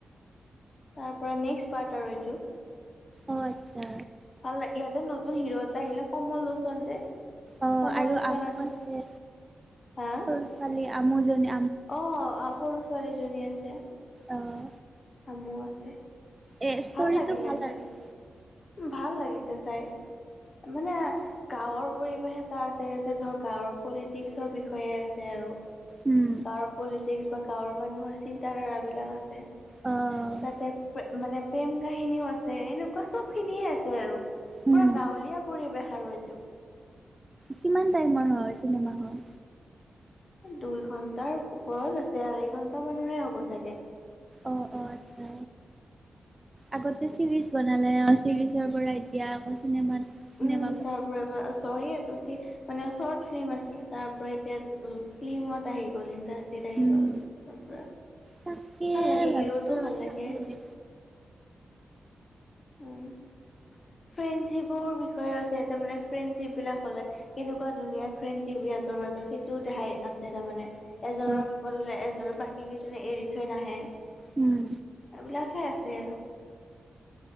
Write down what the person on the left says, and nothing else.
তাৰ পৰা নেক্সট পাৰ্ট আৰু এইটো।
ভাল লাগ ইয়াতে নতুন হিৰো এটা আহিলে কমল লোচন যে
কমল
লোচন
হা
অ সৰু- ছোৱালীজনী আছে।
আমো আছে।
ভাল লাগিলে
চাই
ভাল লাগিছে চাই। মানে গাঁৱৰ পৰিৱেশ এটা আছে ইয়াতে ধৰ গাঁৱৰ পলিটিক্সৰ বিষয়ে আছে আৰু।
গাঁৱৰ পলিটিক্স বা গাঁৱৰ মানুহৰ চিন্তা ধাৰা বিলাক আছে,
তাতে মানে প্ৰেম কাহিনীও আছে এনেকুৱা। চব খিনিয়ে আছে আৰু,
পুৰা গাঁৱলীয়া পৰিৱেশ আঢ়ৈটো
দুই ঘন্টাৰ ওপৰত আছে, আঢ়ৈ ঘন্টা মানৰে হ'ব চাগে।
উম
তাৰ পৰাবা <inaudible> মানে শৰ্ট ফিল্ম আছিল, তাৰ পৰা এতিয়া ফিল্মত আহি গল ই টিত আহি
গ'ল একদম পূৰা।
ভাল লাগে,
হিৰোটো
ভাল
লাগে।
উম, ফ্ৰেণ্ডশ্বিপৰ বিষয়ে আছে তাৰ মানে ফ্ৰেণ্ডশ্বিপ বিলাক হলে কেনেকুৱা ধুনীয়া ফ্ৰেণ্ডশ্বিপ ইহঁতৰ মাজত সেইটোও দেখাই আছে তাৰমানে। এজনৰ
বিপদ হলে এ বাকী কেইজনে এৰি থৈ নাহে।
বিলাকে আছে আৰু।